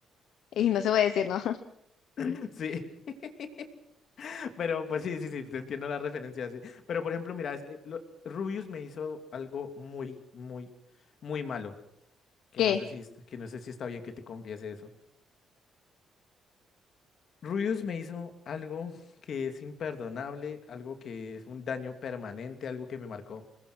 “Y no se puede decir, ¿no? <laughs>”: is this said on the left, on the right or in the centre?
Left